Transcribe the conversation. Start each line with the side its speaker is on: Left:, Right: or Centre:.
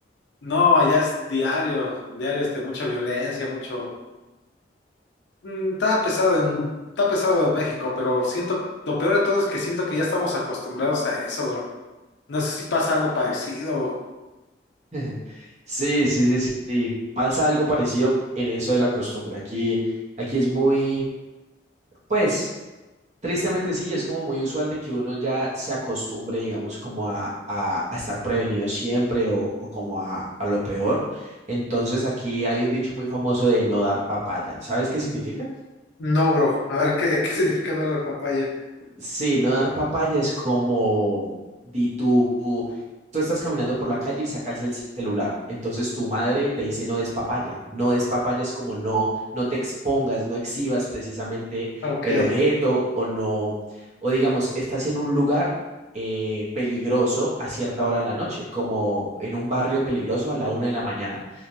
Left: no, allá es diario, diario este, mucha violencia, mucho... Mm, Está pesado en, está pesado en México, pero siento, lo peor de todo es que siento que ya estamos acostumbrados a eso, bro. No sé si pasa algo parecido.
Right: <laughs> Sí, sí, sí, sí, sí. Pasa algo parecido en eso de la costumbre. Aquí, aquí es muy, pues, Tristemente sí, es como muy usual de que uno ya se acostumbre, digamos, como a, a- a estar prevenido siempre o, o como a, a lo peor. Entonces aquí hay un dicho muy famoso de no dar papaya. ¿Sabes qué significa?
Left: No, bro. A ver, ¿qué, <laughs> qué significa no la papaya?
Right: Sí, no dar papaya es como, di tú, tú estás caminando por la calle y sacas el celular. Entonces tu madre te dice no des papaya. No des papaya es como no, no te expongas, no exhibas precisamente
Left: Ok,
Right: el objeto o no, o digamos, estás en un lugar eh, peligroso a cierta hora de la noche, como en un barrio peligroso a la una de la mañana.